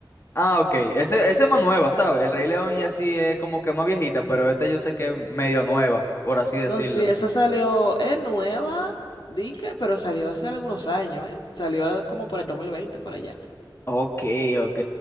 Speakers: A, on the left; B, on the left.
A: Ah, ok, ese, ese es más nueva, ¿sabes? El Rey León ya sí es como que más viejita, pero esta yo sé que es medio nueva, por así decirlo.
B: No, sí, esa salió, es nueva, dije, pero salió hace algunos años, ¿eh? Salió como por el 2020, por allá.
A: Ok, ok.